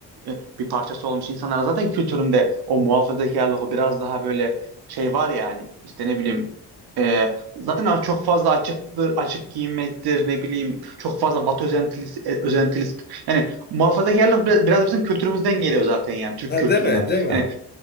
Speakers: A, on the right; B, on the left.
A: e, bir parçası olmuş insanların zaten kültüründe o muhafazakarlık o biraz daha böyle şey var yani işte ne bileyim e, zaten çok fazla açıktır, açık giyinmektir ne bileyim çok fazla Batı özentilisi, e, özentilisi yani muhafazakarlık biraz, biraz bizim kültürümüzden geliyor zaten yani Türk
B: Ha
A: kültüründen.
B: deme, deme.
A: Yani